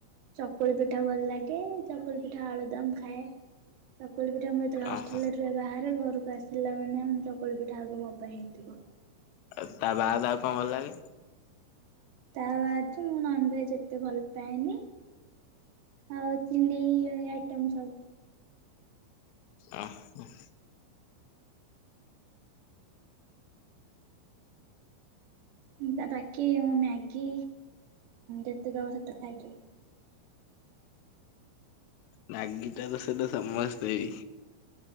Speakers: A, on the right (about 75°); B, on the left (about 80°).
A: ଚକୁଳିପିଠା ଭଲ ଲାଗେ ଚକୁଳିପିଠା, ଆଳୁଦମ୍ <unintelligible> ଚକୁଳି ପିଠା ଆମେ ଯେତେ ବେଳେ
B: ଓହୋ
A: ହଷ୍ଟେଲ କୁ ଆସିଲା ମାନେ ଚକୁଳି ପିଠା ଆଗ ମୋ ପାଇଁ ହେଇଥିବ।
B: ଆଉ ତା ବାଦ ଆଉ କଣ ଭଲ ଲାଗେ?
A: ତା ବାଦ ମୁଁ ନନଭେଜ ଏତେ ଭଲ ପାଏନି। ଆଉ ଚିଲି ଆଇଟମ୍ ସବୁ
B: ଅ ହ।
A: ତା ବାକି ମ୍ୟାଗି ଯେତେ ଦବ ସେତେ ଖାଇଦେବି।
B: ମ୍ୟାଗିଟା ତ ସେଇଟା ସମସ୍ତେ ବି।